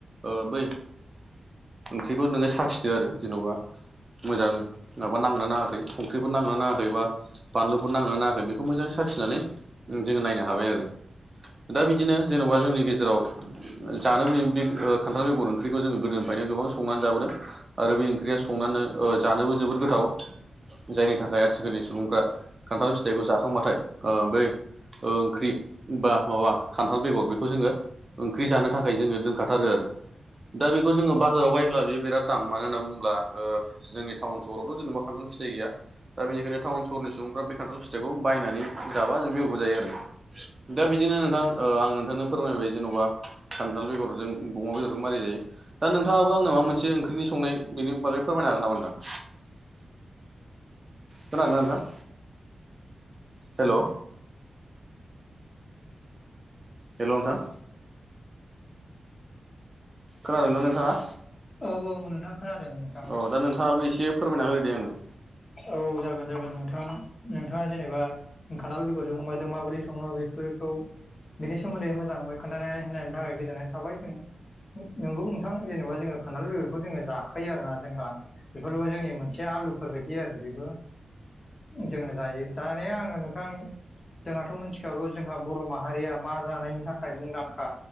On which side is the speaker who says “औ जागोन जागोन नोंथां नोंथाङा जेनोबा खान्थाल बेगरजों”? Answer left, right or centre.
Left